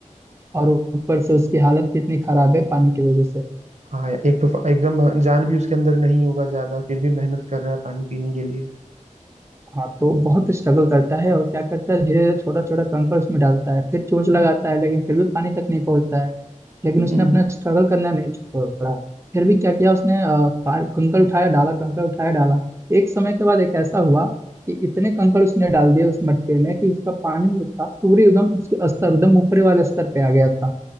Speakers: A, on the right; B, on the right.
A: और ऊपर से उसकी हालत कितनी खराब है पानी की वजह से
B: हाँ यार, एक तो फ- एकदम जान भी उसके अंदर नहीं होगा ज्यादा फिर भी मेहनत कर रहा है पानी पीने के लिए
A: हाँ तो बहुत स्ट्रगल करता है और क्या करता है धीरे धीरे छोटा छोटा कंकड़ उसमें डालता है फिर चोंच लगाता है लेकिन फिर भी पानी तक नहीं पहुंचता है लेकिन उसने
B: हम्म
A: अपना स्ट्रगल करना नहीं छोड़ा फिर भी क्या किया उसने अ, पा- कंकड़ उठाया डाला कंकड़ उठाया डाला एक समय के बाद एक ऐसा हुआ कि इतने कंकड़ उसने डाल दिए उस मटके में कि उसका पानी जो था पूरे एकदम उसके स्तर एकदम ऊपरे वाले स्तर पे आ गया था